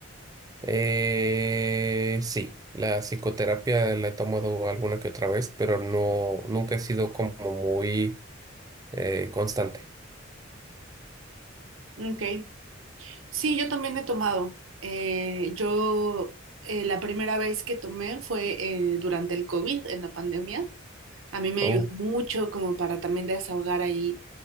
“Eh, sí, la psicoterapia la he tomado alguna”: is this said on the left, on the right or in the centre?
Right